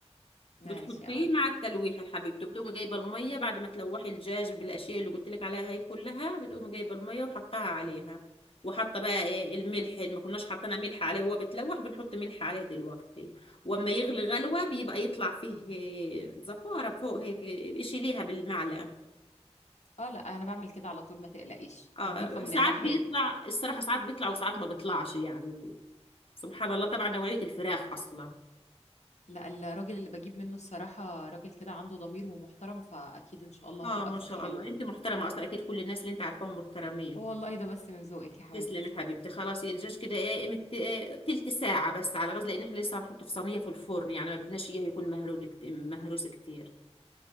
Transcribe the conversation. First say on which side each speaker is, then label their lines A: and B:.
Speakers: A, on the left (about 80°); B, on the left (about 55°).
A: ماشي
B: بتحطيه
A: اه
B: مع التلويح يا حبيبتي بتقومي جايبه الميه بعد ما تلوحي الدجاج بالاشياء اللي قلت لك عليها هي كلها بتقومي جايبه الميه وحطها عليها وحاطه بقى ايه الملح اللي ما كناش حاطينها ملح عليه وهو بتلوح بنحط ملح عليه دلوقتي واما يغلي غلوه بيبقى يطلع فيه إيه، زفاره فوق هيك إيه، شيليها بالمعلقه
A: اه لا انا بعمل كده على طول ما تقلقيش
B: اه
A: نظيفه من
B: ساعات
A: الناحيه
B: بيطلع
A: دي
B: الصراحه ساعات بيطلع وساعات ما بيطلعش يعني سبحان الله طبعا نوعيه الفراخ اصلا
A: لا الراجل اللي بجيب منه الصراحة راجل كده عنده ضمير ومحترم فأكيد إن شاء الله
B: اه
A: هتبقى
B: ما
A: فراخ
B: شاء
A: حلوة
B: الله انت محترمه اصلا اكيد كل الناس اللي انت عارفاهم محترمين
A: والله ده بس من ذوقك يا حبيبتي
B: تسلمي يا حبيبتي خلاص الجاج كده ايه قيمة إيه تلت ساعة بس على غاز لأن احنا لسه هنحطه في صينية في الفرن يعني ما بدناش اياه يكون مهرود كت- مهروس كتير